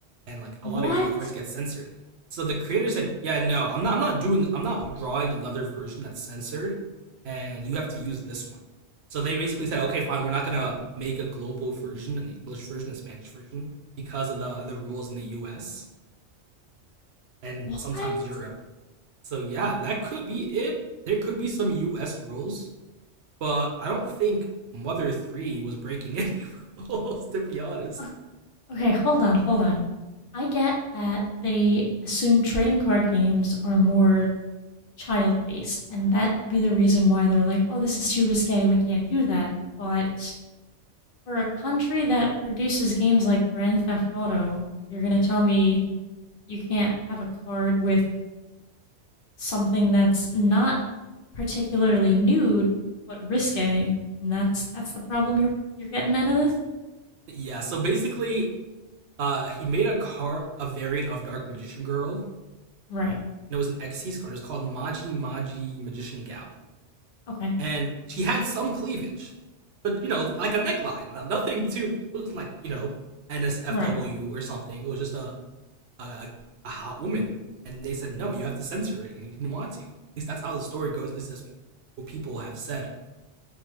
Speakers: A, on the right; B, on the left.
A: and like a lot
B: What?
A: of Yu-Gi-Oh cards get censored. So the creator said, "Yeah, no, I'm not. I'm not doing. I'm not drawing another version that's censored, and you have to use this one." So they basically said, "Okay, fine. We're not gonna make a global version, an English version, a Spanish version, because of the the rules in the U.S. and
B: What?
A: sometimes Europe." So yeah, that could be it. There could be some U.S. rules but I don't think Mother 3 was breaking <laughs> any rules, to be honest.
B: O- Okay, hold on, hold on. I get that they assume trading card games are more child based, and that could be the reason why they're like, oh, this is too risque, we can't do that. But for a country that produces games like Grand Theft Auto, you're gonna tell me you can't have a card with something that's not particularly nude, but risque, and that's that's the problem you're you're getting out of this.
A: Yeah, so basically, uh, he made a car a variant of Dark Magician Girl,
B: Right.
A: and it was an X Xyz card. It was called Maji Maji Magician Gal,
B: Okay.
A: and she had some cleavage, but you know, like a neckline, uh, nothing too. It was like you know, NSFW
B: Right.
A: or something. It was just a a, a hot woman, and they said no, you have to censor it, and he didn't want to. At least that's how the story goes. At least that's what people have said.